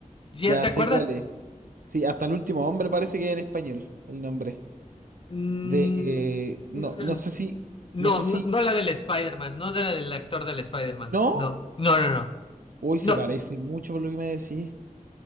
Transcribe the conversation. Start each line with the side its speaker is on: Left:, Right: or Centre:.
Left: ¿Ya
Right: ya
Left: te
Right: sé
Left: acuerdas?
Right: cuál es. Sí, hasta el último hombre parece que es en español el nombre.
Left: Mm,
Right: De, eh, no,
Left: no,
Right: no sé si,
Left: no,
Right: no sé si,
Left: no, no la del Spider-Man, no de la del actor del Spider-Man.
Right: ¿no?
Left: No, no, no, no.
Right: Uy,
Left: No,
Right: se parece mucho por lo que me decís.